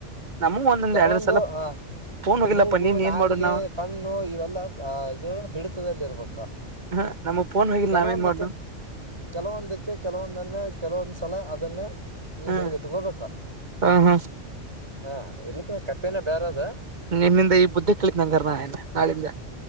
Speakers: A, on the right; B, on the right.
A: ನಮೂ ಒಂದೊಂದ್
B: ಕೆಲವೊಂದು
A: ಎರಡ್ ಸಲ
B: ಅ
A: ಫೋನ್ ಹೋಗಿಲ್ಲಪ್ಪ
B: ನಿನ್ನತರ
A: ನೀನ್ ಏನ್ ಮಾಡುದ್ ನಾವ್
B: ಅಳೋದು ಇರಲ್ಲ ಅದು ಕೆಲವೊಂದು ಮೂಗು ನಾಲಿಗೆ ಕಣ್ಣು ಇವೆಲ್ಲ ಇದು ಹಿಡಿತದಲ್ಲಿ ಇರ್ಬೇಕು
A: ಹ ನಮಗ್ ಫೋನ್ ಹೋಗಿಲ್ಲ
B: ಕೆಲವೊಂದಕ್ಕೆ
A: ನಾವೇನ್ ಮಾಡುದ್
B: ಕೆಲವೊಂದಕ್ಕೆ ಕೆಲವೊಂದು ನನ್ನ ಕೆಲವೊಂದ್ ಸಲ ಅದನ್ನೇ ನೀನ್
A: ಹಾ
B: ಹಿಡಿದಿಟ್ಟ ಹೋಗ್ಬೇಕಾ
A: ಹಾ ಹಾ
B: ಹಾ ಇಲ್ಲಿಕ ಕಥೆನೇ ಬೇರೇ ಆದ
A: ನಿನ್ನಿಂದ ಈ ಬುದ್ಧಿ ಕಲಿತ್ ನಂಗಾರ ನಾ ನಾಳಿಂದ